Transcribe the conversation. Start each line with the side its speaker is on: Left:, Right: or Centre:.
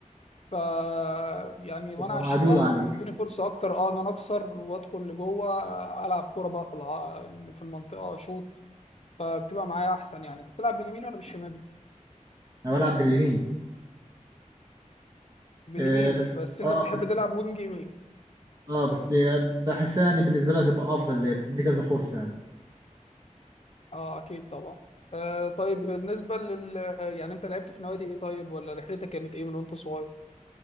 Left: ف يعني وانا
Right: تبقى
Left: على
Right: معدول
Left: الشمال
Right: عليك
Left: بيديني فرصه اكتر اه ان انا اكسر وادخل لجوه آه، العب كوره بقى في الع... في المنطقه آه، شوط فبتبقى معايا احسن يعني انت بتلعب باليمين ولا بالشمال
Right: انا بلعب باليمين
Left: باليمين
Right: آه بس
Left: بس انت
Right: اه
Left: بتحب
Right: بس
Left: تلعب وينج يمين
Right: اه بس هي بحسها يعني بالنسبه لها تبقى افضل ليا بتدي كذا فرصه يعني
Left: اه اكيد طبعا آه طيب بالنسبه لل يعني انت لعبت في نوادي ايه طيب ولا رحلتك كانت ايه من وانت صغير